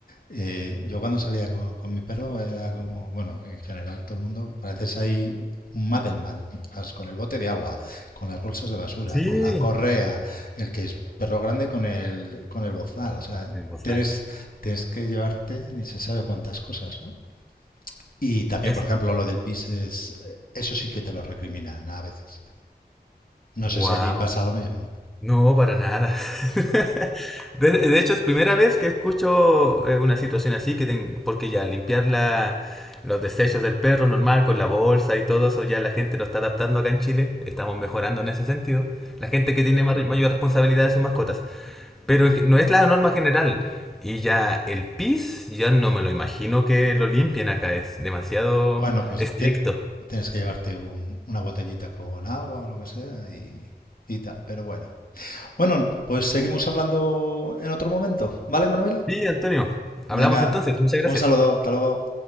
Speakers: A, on the left; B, in the centre.
A: eh, yo cuando salía con, con mi perro era como, bueno, en general todo el mundo, pareces ahí un Madelman, as- con el bote de agua, con las bolsas de basura,
B: Sí,
A: con la correa, el que es perro grande con el, con el bozal. O sea,
B: el Bozal.
A: tienes, tienes que llevarte ni se sabe cuántas cosas, ¿no? Y también,
B: Es
A: por ejemplo, lo del pis es, eh, eso sí que te lo recriminan a veces. No sé
B: wow.
A: si allí pasa lo mismo.
B: No, para nada. <laughs> De, de hecho, es primera vez que escucho eh, una situación así, que ten- porque ya limpiar la- los desechos del perro normal con la bolsa y todo eso, ya la gente lo está adaptando acá en Chile. Estamos mejorando en ese sentido. La gente que tiene mar- mayor responsabilidad de sus mascotas. Pero es que no es la norma general. Y ya el PIS, ya no me lo imagino que lo limpien acá, es demasiado
A: Bueno, pues
B: estricto.
A: tie- tienes que llevarte un- una botellita con agua o lo que sea y, y tal, pero bueno. Bueno, pues seguimos hablando en otro momento, ¿vale, Manuel?
B: Sí, Antonio,
A: Venga,
B: hablamos entonces, muchas gracias.
A: un saludo, hasta luego.